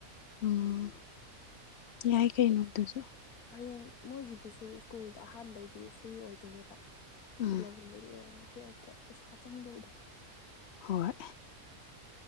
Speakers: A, on the left; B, on the left.
A: ꯎꯝ ꯌꯥꯏ
B: ꯑꯗꯨ
A: ꯀꯩ ꯅꯣ ꯗꯨꯁꯨ
B: ꯍꯌꯦꯡ ꯃꯣꯏꯒꯤꯗꯨꯁꯨ ꯁ꯭ꯀꯨꯜꯗ ꯑꯍꯥꯟꯕꯩꯗꯤ ꯐ꯭ꯔꯤ ꯑꯣꯏꯗꯣꯏꯅꯦꯕ
A: ꯎꯝ
B: ꯏꯂꯕꯟꯗꯨꯗꯤ ꯑꫭꯏꯔꯤ ꯇꯨꯋꯦꯜꯇ ꯄꯩꯁꯥ ꯆꯪꯗꯧꯗ
A: ꯍꯣꯏ